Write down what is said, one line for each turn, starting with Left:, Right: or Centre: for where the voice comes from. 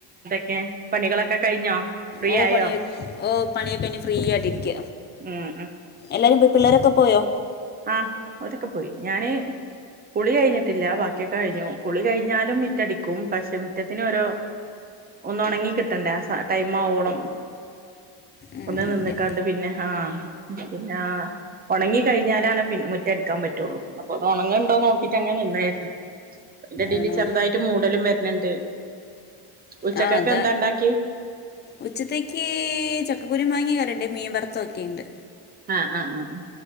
Right: <unintelligible> പണികളൊക്കെ കഴിഞ്ഞോ ഫ്രീ
Left: ഓ
Right: ആയോ
Left: പണിയ ഓ പണിയൊക്കെ ഇനി ഫ്രീ ആയിട്ടിരിക്ക
Right: ഉം
Left: എല്ലാരും പോയ്‌ പിള്ളേരൊക്കെ പോയോ
Right: ആ ഓരൊക്കെ പോയി ഞാന് കുളി കഴിഞ്ഞിട്ടില്ല ബാക്കിയൊക്കെ കഴിഞ്ഞു കുളി കഴിഞ്ഞാലും മുറ്റടിക്കും പക്ഷെ മുറ്റത്തിന് ഓരോ ഒന്ന് ഉണങ്ങി കിട്ടണ്ടേ ആ ടൈം ആവൊളം
Left: ഉം
Right: ഒന്ന് നിന്ന്ക്കാണ്ട് പിന്നെ ആ പിന്നെ ആ ഉണങ്ങി കഴിഞ്ഞാലാണ് പിൻ മുറ്റ അടുക്കാൻ പറ്റുള്ളൂ അപ്പൊ ഉണങ്ങണ്ടോന്ന് നോക്കിട്ട് അങ്ങനെ നിന്നായിരുന്നു അതിന്റടിയിൽ
Left: ആണോ
Right: ചെറുതായിട്ട് മൂടലും വരണണ്ട് ഉച്ചക്കേക്ക്
Left: ആ അതാ
Right: എന്താ ഉണ്ടാക്കിയെ?
Left: ഉച്ചത്തേക്ക് ചക്കക്കുരു മാങ്ങയും കറിയുണ്ട് മീൻ വറുത്തത് ഒക്കെയുണ്ട്
Right: അ ആ ഉം